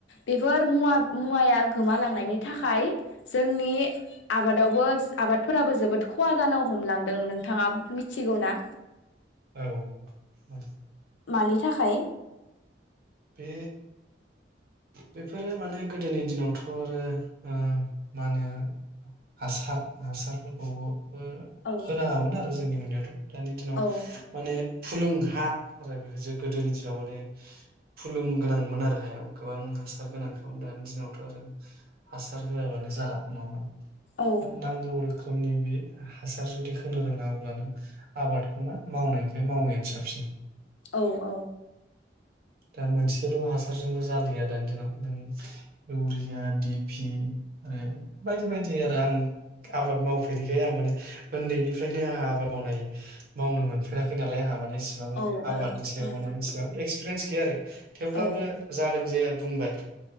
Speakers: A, on the left (about 80°); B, on the right (about 55°).
A: बेफोर मुवा मुवाया गोमालांनायनि थाखाय जोंनि आबादावबो आबादफोराबो जोबोद खहा जानो हमलांदों नोंथाङा मि थिगौना?
B: औ उम।
A: मानि थाखाय?
B: बे बेफोरो माने गोदोनि दिनावथ आरो ओ मा होनो हासार हासारफोरखौ बो
A: औ
B: होनाङामोन आरो जोंनि नुनायावथ दानि दिनाव
A: औ
B: माने फुलुं हा आरो जे गोदोनि दिनाव माने फुलुं गोनांमोन आरो हायाव गोबां हासार गोनांखामोन। दानि दिनावथ आरो हासार होआबानो जाला नङा होनबा?
A: औ
B: नांगौ रो खोमनि बे हासार जुदि होनो रोङा अब्ला नों आबादखौ मा मावनायनिफ्राय मावैआनो साबसिन।
A: औ औ।
B: दा मोनसेल' हासारजोंबो जालिया दानि दिनाव। नों इउरिया, डि फि आरो बायदि बायदि आरो आं आबाद मावफेरैखाय आं माने ओन्दैनिफ्रायनो आंहा आबाद मावनाय मावनो मोनफेराखै नालाय आंहा म ने इसेबां
A: औ औ
B: आबादनि सायाव माने इसेबां एक्स फेरेन्स गैया आरो थेवब्लाबो
A: औ
B: जादों जाया बुंबाय।